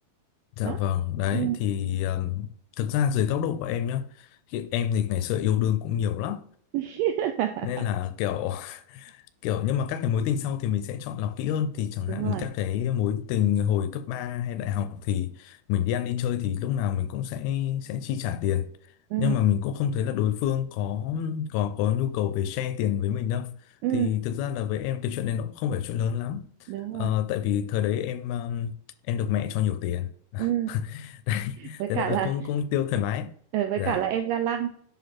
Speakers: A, on the left; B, on the right.
A: dạ
B: đó
A: vâng đấy
B: Ừ.
A: thì um, thực ra dưới góc độ của em nhá thì em thì ngày xưa yêu đương cũng nhiều lắm
B: <laughs>
A: nên là kiểu kiểu nhưng mà các cái mối tình sau thì mình sẽ chọn lọc kỹ hơn thì chẳng
B: đúng
A: hạn
B: rồi
A: các cái mối tình hồi cấp 3 hay đại học thì mình đi ăn đi chơi thì lúc nào mình cũng sẽ sẽ chi trả tiền
B: ừ
A: nhưng mà mình cũng không thấy là đối phương có có có nhu cầu về share tiền với mình đâu
B: ừ
A: thì thực ra là với em cái chuyện này nó cũng không phải chuyện lớn lắm
B: đúng rồi
A: Ờ, tại vì thời đấy em um, em được mẹ cho nhiều tiền
B: ừ
A: <laughs> đấy,
B: với
A: thế
B: cả
A: nên là
B: là
A: cũng cũng tiêu thoải mái
B: ờ, với
A: dạ
B: cả là em ga lăng